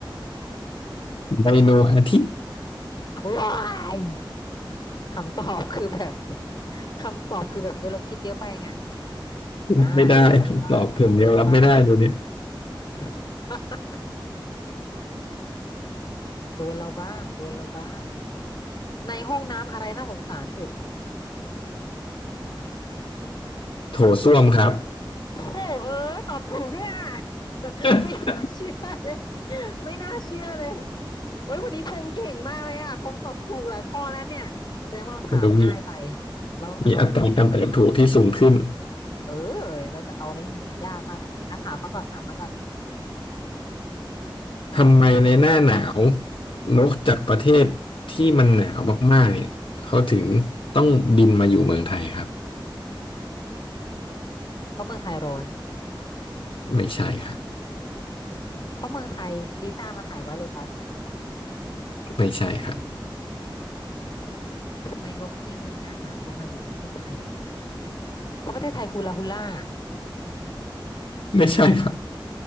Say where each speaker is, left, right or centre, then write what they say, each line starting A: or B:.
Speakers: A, on the left; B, on the left.
A: ไดโนอาทิตย์
B: ว้ายคำตอบคือแบบคำตอบคือแบบเออเราคิดเยอะไปไง
A: รับไม่ได้คำตอบผมยังรับไม่ได้เดูเนี่ย
B: อ่าโดนเราบ้างโดนเราบ้าง <laughs> โดนเราบ้างโดนเราบ้างในห้องน้ำอะไรน่าสงสารสุด
A: โถส้วมครับ
B: โธ่เอ้ยตอบถูกด้วยอ่ะ <laughs>
A: <laughs>
B: ไม่น่าเชื่อเลยไม่น่าเชื่อเลยโอ้ยวันนี้พงเก่งมากเลยอ่ะพงตอบถูกหลายข้อแล้วเนี่ยแสดงว่าเราถามง่ายไป
A: แต่ก็มี
B: เราต้องเอาอะไรให้
A: มีอัตราการเติบโตที่สูงขึ้น
B: เออเราจะเอาอะไรให้มันยากมากกว่านี้อ่ะถามมาก่อนถามมาก่อน
A: ทำไมในหน้าหนาวนกจากประเทศที่มันหนาวมากๆเนี่ยเขาถึงต้องบินมาอยู่เมืองไทยครับ
B: เพราะเมืองไทยร้อน
A: ไม่ใช่ครับ
B: เพราะเมืองไทยลิซ่ามาถ่ายไวท์โลตัส
A: ไม่ใช่ครับ
B: ทำไมนกที่เมืองหน้าหนาวต้องมาอยู่ประเทศไทยอ่ะเพราะประเทศไทยฮูลาฮูล่า
A: ไม่ใช่ครับ